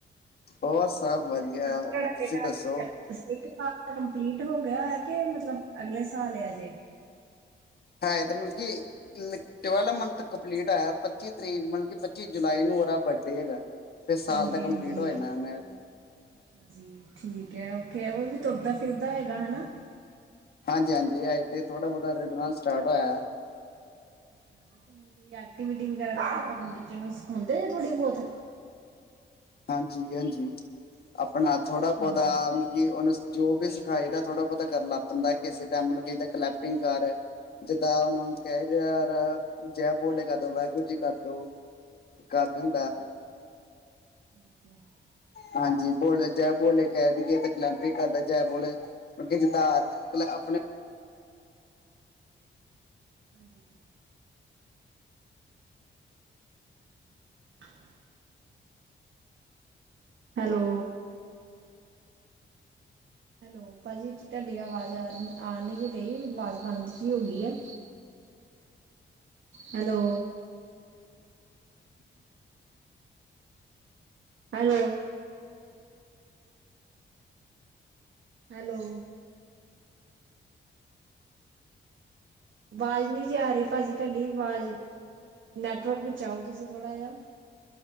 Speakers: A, on the left; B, on the right.
A: ਹੋਰ ਸਬ ਵਦੀਆ
B: ਮਤਲਬ ਤੁਹਾਡਾ
A: ਤੁਸੀ
B: ਬੇਟਾ
A: ਦੱਸੋ
B: <unintelligible> ਕੰਪਲੀਟ ਹੋ ਗੇਆ ਕੇ ਮਤਲਬ ਅਗਲੇ ਸਾਲ ਆ ਜੇ।
A: ਹੈ ਏ ਤੇ ਮਲਕੀ ਡਿਵੈਲਪ ਮੰਥ ਕੰਪਲੀਟ ਹੋਏਆ ਪੱਚੀ ਤਰੀਕ ਮਤਲਬ ਕੀ ਪੱਚੀ ਜੁਲਾਈ ਨੂੰ ਓਦਾ ਬਰਡੇ ਹੈਗਾ। ਫੇਰ ਸਾਲ
B: ਹਾਂਜੀ-ਹਾਂਜੀ,
A: ਦਾ ਕੰਪਲੀਟ ਹੋ ਜਾਨਾ ਏਨੇ।
B: ਅੱਛਾ ਜੀ ਠੀਕ ਐ ਓਕੇ ਓ ਵੀ ਤੁਰਦਾ ਫਿਰਦਾ ਹੋਏਗਾ ਹਨਾ।
A: ਹਾਂਜੀ-ਹਾਂਜੀ ਅਜੇ ਤੇ ਥੋੜਾ ਬੋਤਾ ਰਿੜਨਾ ਸਟਾਟ ਹੋਏਆ।
B: ਤੁਸੀਂ ਕੋਈ ਐਕਟੀਵਿਟੀ ਵਗੈਰਾ ਸਿਖਾਂਦੇ ਓੰ ਆਪਨੇ ਬੱਚੇ ਨੂੰ ਥੋੜੀ ਬੋਤ।
A: ਹਾਂਜੀ-ਹਾਂਜੀ। ਆਪਨਾ ਥੋੜਾ
B: ਹਾਂਜੀ।
A: ਬੋਤਾ ਮਤਲਬ ਕੀ ਓਨੂੰ ਜੋ ਵੀ ਸਿਖਾਈ ਦਾ ਥੋੜਾ ਬੋਤਾ ਕਰ ਲੈ ਬੰਦਾ ਕਿਸੇ ਟਾਈਮ ਨੂੰ ਕੇਦਾ ਕਲੈਪਿੰਗ ਕਰ, ਜਿਦਾਂ ਉਹਨਾ ਨੂੰ ਕਹਿਦੇ ਯਾਰ, ਜੈ ਬੋਲੇ, ਕਰਦੋ ਵਾਹਿਗੁਰੂ ਜੀ ਕਰਦੋ, ਕਰਦੇਨ
B: <inaudible>
A: ਦਾ ਹਾਂਜੀ, ਬੋਲੇ ਜੈ
B: ਅੱਛਾ
A: ਬੋਲੇ,
B: ਜੀ
A: ਕਹਿ ਦੀਏ ਤੇ ਕਲੈੰਪਿਕ ਕਰਦਾ ਜੈ ਬੋਲੇ, ਮੁੜਕੇ ਜਿਦਾਂ ਆਪਣੇ
B: ਹਾਂਜੀ। <inaudible> ਹੈਲੋ ਹੈਲੋ ਭਾਅ ਜੀ ਤੁਹਾਡੀ ਅਵਾਜ ਆ, ਆ ਨਹੀ ਰਹੀ, ਅਵਾਜ਼ ਬੰਦ ਜੀ ਹੋਗੀ ਐ। Hello hello- hello. ਅਵਾਜ਼ ਨਹੀ ਜੇ ਆ ਰਹੀ ਭਾਜੀ ਤੁਹਾਡੀ, ਅਵਾਜ ਨੈਟਵਰਕ ਵਿਚ ਆਓ ਤੁਸੀ ਥੋੜਾ ਜਾ।